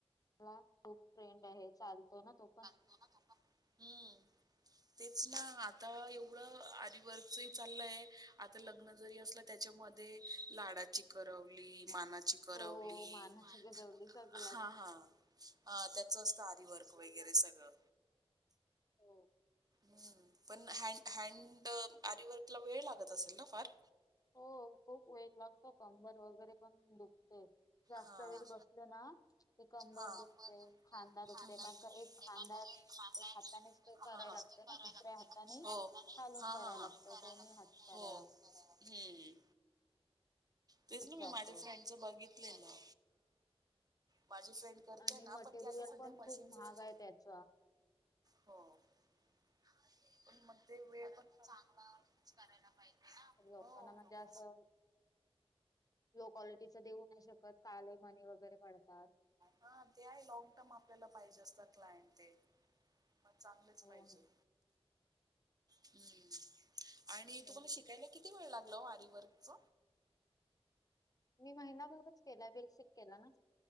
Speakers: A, on the left; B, on the right.
A: मला खूप फ्रेंड आहे चालतो ना तो पण
B: हम्म तेच ना आता एवढं आधी वर्गच चाललंय आता लग्न जरी असलं त्याच्यामध्ये लाडाची करवली मानाची करवली
A: हो मानाची गरवली सगलाच
B: हा हा त्याच असतं आरीवर्क वगैरे सगळं
A: हो
B: हम्म पण ह हँड आरीवर्क ला वेळ लागत असेल ना फार
A: त खूप वेळ लागतो कंबर वगैरे पण दुखते जास्त
B: हा
A: वेळ बसल ना ते कंबल
B: हा
A: दुखते
B: हो
A: खांदा दुखते कारण का एक खांदा एक हातानेच तो कराय लागतो ना दुसऱ्या हाताने हालून
B: हा
A: कराय
B: हा हा
A: लागत दोन्ही हात तरा
B: हो
A: लागत
B: हम्म. तेच
A: खूप
B: ना
A: जातो
B: मी माझ्या फ्रेंडच बघितले ना माझी फ्रेंड करते
A: आणि
B: ना
A: मटेरियल
B: पण ते आता सध्या
A: पण
B: मशीनग
A: खूप महाग
B: त्याचा
A: आहे त्याच
B: हो. <inaudible> मग ते वेळ पण चांगला करायला पाहिजे ना
A: लोकांना
B: हो
A: म्हणजे
B: ते
A: असं लो क्वालिटीचा देऊ नाही शकत काले मनी वगैरे पडतात
B: हा ते आहे लॉंग टर्म आपल्याला पाहिजे असतात क्लायंट ते म चांगलंच
A: हो
B: पाहिजे
A: हो.
B: हम्म आणि
A: बरोबर.
B: तुम्हाला शिकायला किती वेळ लागला आरवर्कच
A: मी महिनाभरच केलाय बेसिक केला ना